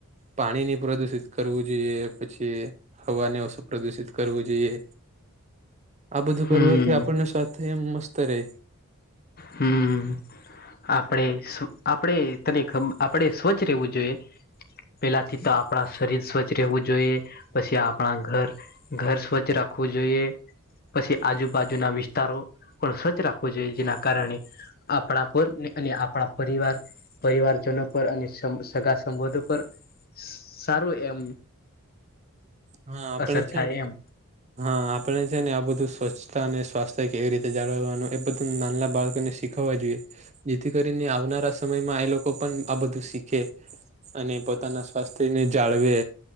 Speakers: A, on the right; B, on the left.
A: પાણી ની પ્રદુષિત કરવું જોઈએ પછી હવાને ઓછું પ્રદુષિત કરવું જોઈએ. આ બધું
B: હમ
A: કરવાથી આપણને સ્વાસ્થ્ય એમ મસ્ત રહે.
B: હમ આપણે સ આપણેે તને ખબ આપણે સ્વચ્છ રહેવું જોઈએ. પેલાથી તો આપણા શરીર સ્વચ્છ રહેવું જોઈએ પછી આપણા ઘર ઘર સ્વચ્છ રાખવું જોઈએ. પછી આજુબાજુના વિસ્તારો પણ સ્વચ્છ રાખવો જોઈએ જેના કારણે આપણા પર અને આપણા પરિવાર પરિવારજનો પર અને સગા સંબંધો પર સારું એમ
A: હા આપડે
B: અસર
A: છે.
B: થાય એમ
A: હા આપણે છે ને આ બધું સ્વચ્છતા અને સ્વાસ્થ્ય કેવી રીતે જાળવવાનું એ બધું નાના બાળકોનેખ થવા જોઈએ જેથી કરીને આવનારા સમયમાં એ લોકો પણ આ બધું શીખે. અને પોતાના સ્વાસ્થ્યને જાળવે